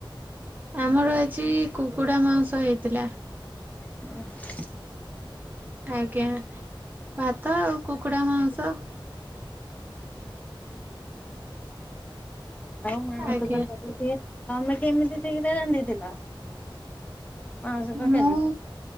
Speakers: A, on the right (about 20°); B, on the left (about 15°).
A: ଆମର ଆଜି-ଇ-ଇ-ଇ କୁକୁଡା ମାଉସ ହେଇଥିଲା।
B: <unintelligible>
A: ଆଜ୍ଞା ଭାତ ଆଉ କୁକୁଡା ମାଉସ।
B: ଆଉ ମାଂସ
A: ଆଜ୍ଞା
B: ତରକାରୀ ଟିଏ, ତମେ କେମିତି ସେଇଟା ରାନ୍ଧିଥିଲ? ମାଉସ କ
A: ମୁଁ
B: କଲି।